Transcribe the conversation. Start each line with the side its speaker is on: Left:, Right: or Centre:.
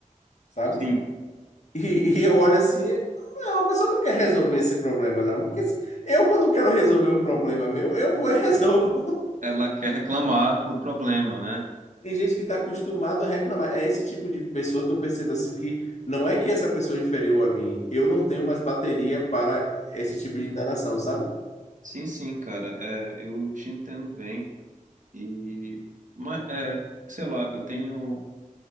Left: sabe?
Right: sim,
Left: E, e eu olho assim, não, a pessoa não quer resolver esse problema, não. Porque se- eu, quando quero resolver um problema meu, eu vou e <laughs> resolvo.
Right: ela quer reclamar do problema, né?
Left: Tem gente que está acostumado a reclamar. É esse tipo de pessoa que eu percebo assim que não é que essa pessoa é inferior a mim. Eu não tenho mais bateria para esse tipo de interação, sabe?
Right: Sim, sim, cara, é, eu te entendo bem. E, mas, é, sei lá, eu tenho